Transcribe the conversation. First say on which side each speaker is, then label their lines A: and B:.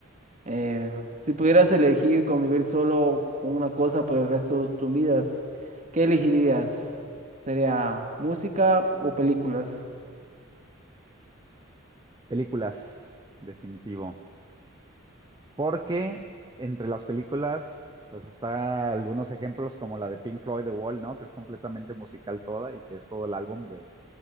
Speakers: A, on the right; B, on the right.
A: Eh, si pudieras elegir convivir solo con una cosa por el resto de tus vidas, ¿qué elegirías? ¿Sería música o películas?
B: Películas, definitivo. Porque entre las películas, pues está algunos ejemplos como la de Pink Floyd, The Wall, ¿no? Que es completamente musical toda y que es todo el álbum de,